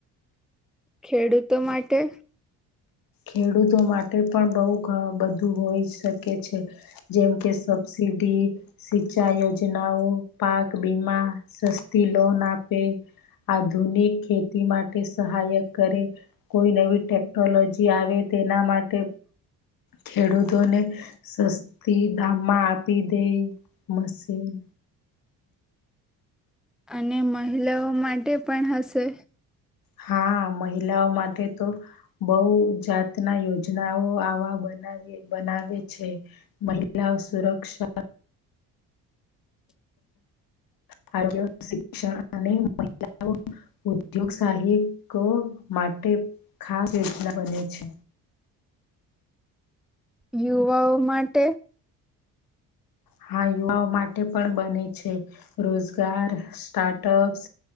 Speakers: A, in the centre; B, on the left.
A: ખેડૂતો માટે
B: ખેડૂતો માટે પણ બોઉ ઘ બધું હોઈ શકે છે જેમ કે સબસિડી સિચાઈ યોજના યોજનાઓ પાક બીમા સસ્તી લોન આપે <inaudible> આધુનિક ખેતી માટે સહાયક કરે. કોઈ નવી ટેક ટેકનોલોજી આવે તેના માટે ખેડૂતોને સસ્તી દામમાં આપી દે મશીન <unintelligible>
A: અને મહિલાઓ માટે પણ હશે.
B: હા, મહિલાઓ માટે તો બો જાતના યોજનાઓ આવે. બને બનાવે છે. મહિલાઓ સુરક્ષા
A: <inaudible>
B: ભાગ્ય શિક્ષણ અને મહિલાઓ ઉદ્યોગ સાહિકો માટે ખાસ યોજના બને છે.
A: <inaudible> યુવાઓ માટે?
B: હા, યુવાઓ માટે પણ બને છે. રોજગાર સ્ટાર્ટઅપ્સ